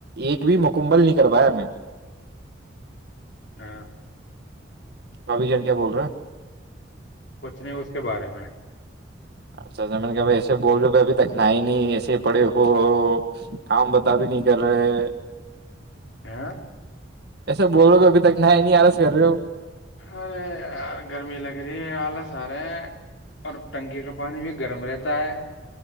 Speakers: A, on the right; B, on the left.
A: ایک بھی مکممل نہیں کر پایا
B: ہاں
A: ربھی جان کیا بول رہے ہیں
B: کچھ نہیں اس کے بارے میں
A: اچھا زمین کہ ب ایسے بول رہ ہو ابھی تک نہ ہی نہیں ایسے پڑے ہو تو کام بتا بھی نہیں کر رہے
B: آ
A: ایسے بول رہو ابھی تک نہ ہے نہیں آرس کر رہے ہو
B: ارے یار گرمی لگ رہی ہے آلس آ رہے ہیں اور ٹنکی کا پانی بھی گرم رہتا ہے